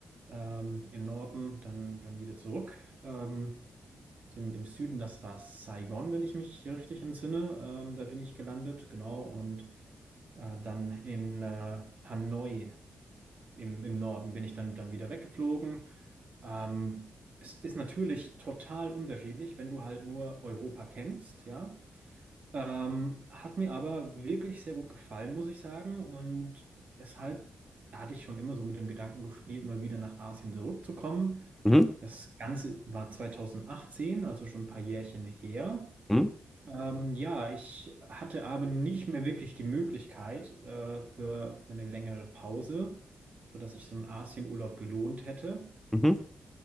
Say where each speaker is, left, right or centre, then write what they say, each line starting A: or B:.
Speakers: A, on the right; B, in the centre.
A: ähm, in Norden, dann, dann wieder zurück. Ähm, so im im Süden, das war Saigon, wenn ich mich hier richtig entsinne. Ähm, da bin ich gelandet, genau. Und Äh, dann in äh, Hanoi im, im Norden bin ich dann, dann wieder weggeflogen. Ähm, es ist natürlich total unterschiedlich, wenn du halt nur Europa kennst, ja. Ähm, hat mir aber wirklich sehr gut gefallen, muss ich sagen. Und deshalb hatte ich schon immer so mit dem Gedanken gespielt, mal wieder nach Asien zurückzukommen.
B: Mhm.
A: Das Ganze war 2018, also schon ein paar Jährchen her.
B: Mhm.
A: Ähm, ja, ich hatte aber nicht mehr wirklich die Möglichkeit äh, für, für eine längere Pause, sodass ich so einen Asienurlaub gelohnt hätte.
B: Mhm.